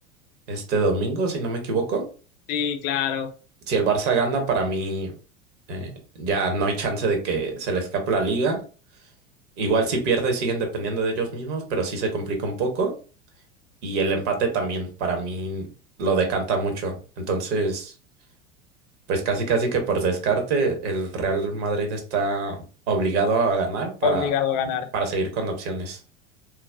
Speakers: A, on the right (about 55°); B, on the left (about 45°).
A: este domingo, si no me equivoco.
B: Sí, claro,
A: Si el Barça gana, para mí eh, ya no hay chance de que se le escape la liga. Igual si pierde siguen dependiendo de ellos mismos, pero sí se complica un poco. Y el empate también para mí lo decanta mucho. Entonces... Pues casi casi que por descarte el Real Madrid está obligado a ganar para,
B: obligado a ganar.
A: para seguir con opciones.